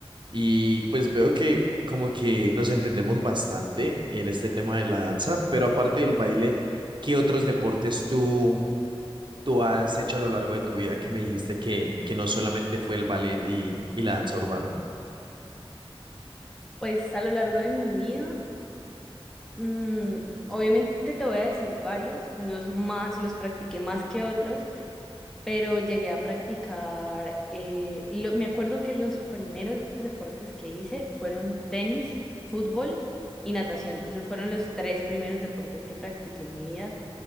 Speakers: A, on the right; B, in the centre.
A: y pues veo que como que nos entendemos bastante en este tema de la danza, pero aparte del baile, ¿qué otros deportes tú, tú has hecho a lo largo de tu vida que me dijiste que, que no solamente fue el ballet y, y la danza urbana?
B: Pues a lo largo de mi vida, mm, obviamente te voy a decir varios, unos más los practiqué más que otros, pero llegué a practicar, eh, lo- me acuerdo que los primeros deportes que hice fueron tenis, fútbol y natación. Esos fueron los tres primeros deportes que practiqué en mi vida.